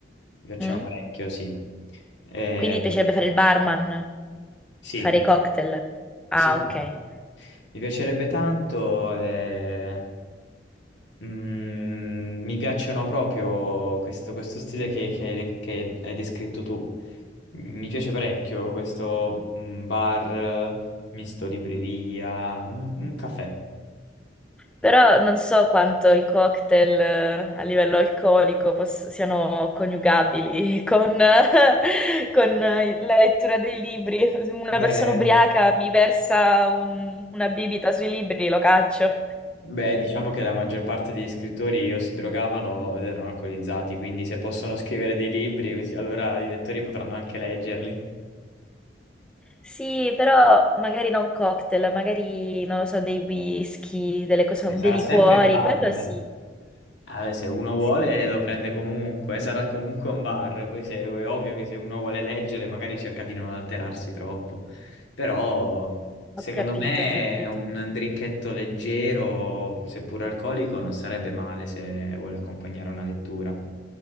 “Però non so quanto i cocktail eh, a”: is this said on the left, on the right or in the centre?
Centre